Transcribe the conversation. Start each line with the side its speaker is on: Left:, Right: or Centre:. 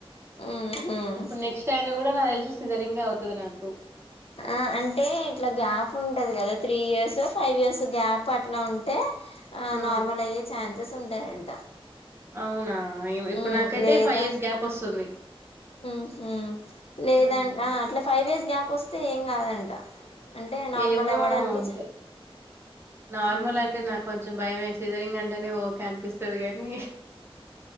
Left: మ్మ్ హ్మ్
Right: ఇప్పుడు నెక్స్ట్ అయినా కూడా నా తెలిసి సిజరింగే అవుతుంది ముత్త నాకు
Left: ఆ అంటే ఇట్లా గ్యాప్ ఉంటది కదా three years five years gap అట్లా ఉంటే
Right: ఆ
Left: నార్మల్ అయ చా స్ ఉంటేంట
Right: అవునా
Left: హ్మ్
Right: ఇప్పుడు నాకైతే
Left: లేదా
Right: ఫైవ్ ఇయర్స్ గ్యాప్ వస్తుంది
Left: హ్మ్ లేదాంట
Right: మ్మ్
Left: అట్లా ఫైవ్ ఇయర్స్ గ్యాప్. వస్తే ఏం కాదంట. అంటే నార్మల్
Right: ఏమో
Left: ఇవ్వడానికి.
Right: అంతే నార్మల్ అంటే నాకు. కొంచం భయం వేసింది రింగ్ అంటేనే ఓకే అనిపిస్తాది కాని.